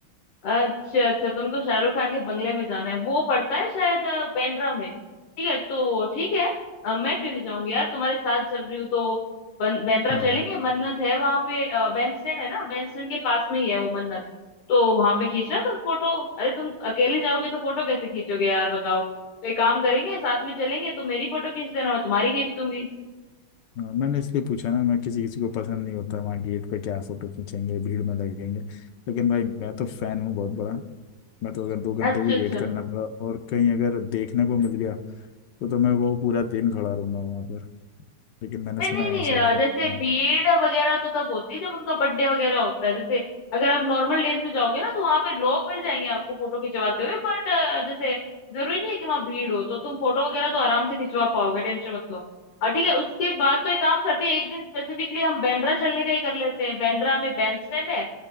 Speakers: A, on the left; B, on the left.
A: अच्छा अच्छा तुमको शाहरुख खान के बंगले में जाना है वो पड़ता है शायद अ, बांद्रा में ठीक है तो ठीक है अ, मैं क्यों नहीं जाऊंगी यार तुम्हारे साथ चल रही हूँ तो बन- बांद्रा
B: हाँ
A: चलेंगे मन्नत है वहां पे अ, बैंड स्टैंड है ना बैंड स्टैंड के पास में ही है वो मन्नत तो वहां पे खींचना तुम फोटो अरे तुम अकेले जाओगे तो फोटो कैसे खींचोगे यार बताओ तो एक काम करेंगे साथ में चलेंगे तुम मेरी फोटो खींच देना मैं तुम्हारी खींच दूंगी
B: हाँ, मैंने इसलिए पूछा ना मैं किसी किसी को पसंद नहीं होता वहाँ गेट पे क्या फोटो खींचेंगे भीड़ में लगेंगे लेकिन भाई मैं तो फैन हूँ बहुत बड़ा मैं तो अगर दो घंटे
A: अच्छा
B: भी
A: अच्छा
B: वेट करना पड़ा और कहीं अगर देखने को मिल गया तो तो मैं वो पूरा दिन खड़ा रहूंगा वहाँ पर लेकिन मैंने
A: नहीं
B: सुना
A: नहीं नहीं
B: है ऐसा
A: अ, जैसे
B: हम्म,
A: भीड़ वगैरह तो तब होती है जब उनका बर्थडे वगैरह होता है जैसे अगर आप नॉर्मल डेज में जाओगे ना तो वहां पे लोग मिल जाएंगे आपको फोटो खिंचवाते हुए बट जैसे जरूरी नहीं है कि वहां भीड़ हो तो तुम फोटो वगैरह तो आराम से खिंचवा पाओगे टेंशन मत लो अ, ठीक है उसके बाद तो एक काम करते हैं एक दिन स्पेसिफिकली हम बांद्रा चलने का ही कर लेते हैं बांद्रा में बैंड स्टैंड है